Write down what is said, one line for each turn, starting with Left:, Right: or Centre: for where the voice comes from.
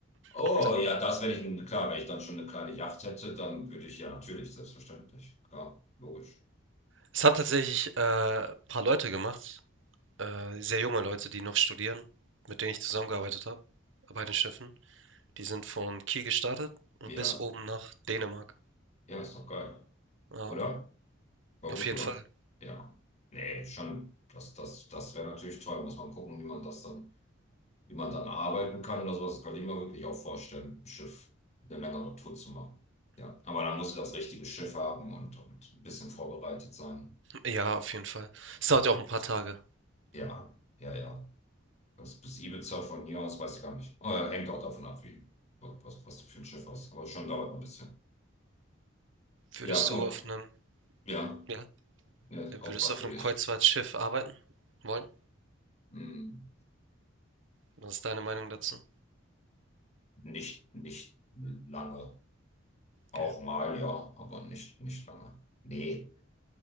Left: Oh
Right: <laughs>
Left: ja, das, wenn ich, ein- klar, wenn ich dann schon eine kleine Yacht hätte, dann würde ich ja natürlich, selbstverständlich. Klar, logisch.
Right: Es haben tatsächlich äh, ein paar Leute gemacht, äh, sehr junge Leute, die noch studieren, mit denen ich zusammengearbeitet habe, bei den Schiffen. Die sind von Kiel gestartet und
Left: Ja,
Right: bis oben nach Dänemark.
Left: ja, ist doch geil,
Right: Ja,
Left: oder? War
Right: auf
Left: gut,
Right: jeden
Left: oder?
Right: Fall.
Left: Ja. Nee, schon, das, das, das wäre natürlich toll, muss man gucken, wie man das dann. wie man dann arbeiten kann oder sowas, das kann ich mir wirklich auch vorstellen, im Schiff eine längere Tour zu machen. Ja, aber dann musst du das richtige Schiff haben und, und ein bisschen vorbereitet sein.
Right: Ja, auf jeden Fall. Es dauert ja auch ein paar Tage.
Left: Ja, ja, ja. Das bis Ibiza von hier aus, weiß ich gar nicht. Äh, hängt auch davon ab, wie, was, was du für ein Schiff hast. Aber schon dauert ein bisschen.
Right: Würdest
Left: Ja, und
Right: du auf einem,
Left: ja,
Right: ja,
Left: ne,
Right: würdest
Left: auf was
Right: du auf
Left: will
Right: einem
Left: ich?
Right: Kreuzfahrtschiff arbeiten wollen?
Left: Hm,
Right: Was ist deine Meinung dazu?
Left: nicht, nicht lange. Auch
Right: Okay.
Left: mal, ja, aber nicht, nicht lange. Nee.